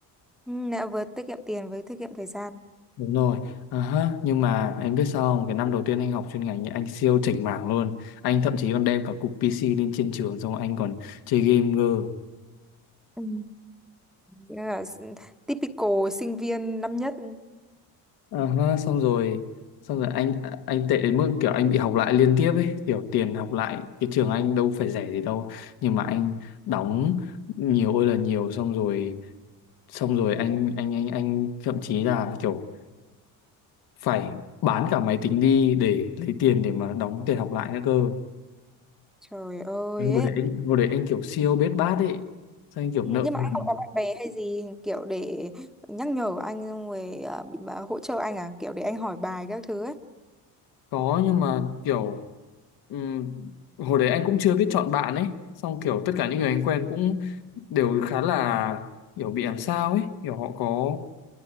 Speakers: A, in the centre; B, on the left.
A: Ừ, đã vừa tiết kiệm tiền với tiết kiệm thời gian
B: Đúng rồi. À ha, nhưng mà em biết sao không? Cái năm đầu tiên anh học chuyên ngành nhé, anh siêu chảnh mảng luôn. Anh thậm chí còn đem cả cục PC lên trên trường xong anh còn chơi game cơ.
A: Ừ. Nghĩa là s- typical sinh viên năm nhất
B: À ha, xong rồi, xong rồi anh anh tệ đến mức kiểu anh bị học lại liên tiếp ấy, kiểu tiền học lại cái trường anh đâu phải rẻ gì đâu, nhưng mà anh đóng nhiều ơi là nhiều xong rồi xong rồi anh anh anh anh thậm chí là kiểu phải bán cả máy tính đi để lấy tiền để mà đóng tiền học lại nữa cơ.
A: trời ơi
B: hồi
A: ấy
B: đấy anh hồi đấy anh kiểu siêu bết bát ấy sao anh kiểu
A: Ừ,
B: nợ
A: nhưng
B: nần.
A: mà anh không có bạn bè hay gì kiểu để nhắc nhở anh xong rồi à, bà hỗ trợ anh à kiểu để anh hỏi bài các thứ ấy
B: có nhưng mà kiểu ừm, hồi đấy anh cũng chưa biết chọn bạn ấy xong kiểu tất cả những người anh quen cũng đều khá là kiểu bị làm sao ấy kiểu họ có